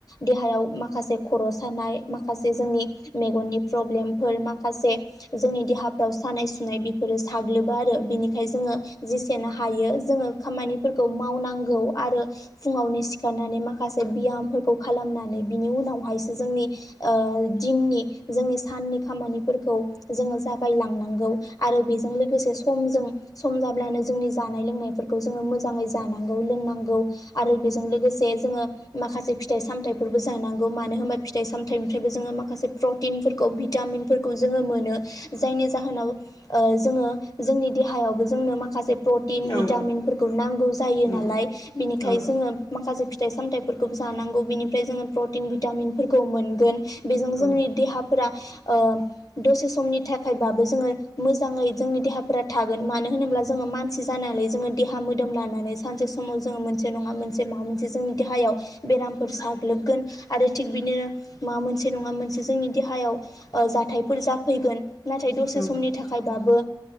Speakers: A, on the left; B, on the left.
A: देहायाव माखासे खर' सानाय माखासे जोंनि मेगननि प्रब्लेमफोर माखासे जोंनि देहाफ्राव सानाय सुनाय बेफोरो साग्लोबो आरो, बिनिखा खाय जोङो जेसेनो हायो जोङो खामानिफोरखौ मावनांगौ आरो फुङावनो सिखारनानै माखासे बियामफो खौ खालामनानै बिनि उनावहायसो जोंनि ओ दिननि जोंनि साननि खामानिफोरखौ जोङो जागायलांनांगौ आरो बेजों लोगोसे समजों सम जाब्लानो जोंनि जानाय लोंनायफोरखौ जोङो मोजाङै जानांगौ लोंनांगौ आरो बेजों लोगो से जोङो माखासे फिथाइ सामथाइफोरबो जानांगौ मानो होनबा फिथाइ सामथाइनिफ्रायबो जोङो माखासे प्रटिनफोरखौ भिटामिनफोरखौ जोङो मोनो जायनि जाहोनाव ओ जोङो जोंनि देहायावबो जोंनो माखासे प्रटिन भिटामिनफोरखौ
B: औ
A: नांगौ जायो
B: नंगौ
A: नालाय बिनिखायनो
B: औ
A: जोङो माखासे फि थाइ सामथाइफोरखौबो जानांगौ बिनिफ्राय जोङो प्रटिन भिटामिनफोरखौ मोनगोन बेजों
B: औ
A: जोंनि देहाफोरा ओ दसे समनि थाखायबाबो जोङो मोजाङै जोंनि देहाफोरा थागोन। मानो होनोब्ला जोङो मानसि जानानै जोङो देहा मोदोम लानानै सानसे समाव जोङो मोनसे नङा मोनसे मा जोंनि देहायाव बेरामफोर साग्लोबगोन आरो थिग बिनिनो माबा मोनसे नङा मोनसे जोंनि देहायाव ओ जाथायफोर जाफैगोन। नाथाय दसे
B: औ
A: समनि थाखायबाबो